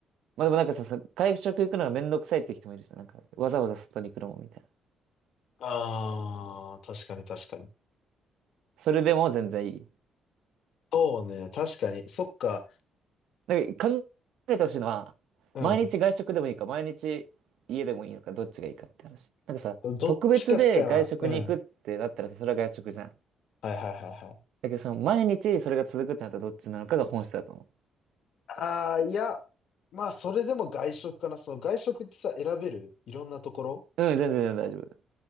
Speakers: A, on the right; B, on the left.
A: まあ、でもなんかさ、さ外食行くのがめんどくさいって人もいるじゃん。なんか、わざわざ外に行くのもみたいな。
B: あー、確かに確かに。
A: それでも全然いい。
B: そうね、確かに。そっか。
A: なんか、考えてほしいのは、
B: うん。
A: 毎日外食でもいいか、毎日家でもいいのか、どっちがいいかって話。なんかさ、
B: どっちかしか、
A: 特別で外食に行くってなったらさ、
B: うん。
A: それは外食じゃん。だ
B: はいはいはいはい。
A: けど、その、毎日それが続くってなったらどっちなのかが本質だと思
B: ああ、いや、まあ、それでも外食かな。その外食ってさ、選べるいろんなところ
A: う。うん、全然全然大丈夫。